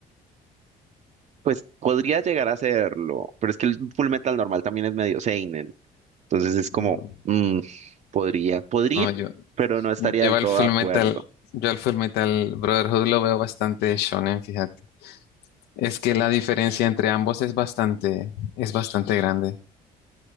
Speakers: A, on the right (about 45°); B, on the left (about 85°).
A: pues podría llegar a serlo, pero es que el Full Metal normal también es medio seinen, Entonces es como,
B: Mm,
A: mm, podría, podría,
B: No, yo,
A: pero no estaría
B: Yo
A: del
B: al
A: todo
B: Full
A: de acuerdo.
B: Metal, yo al Full Metal Brotherhood lo veo bastante shonen, fíjate. Es que la diferencia entre ambos es bastante, es bastante grande.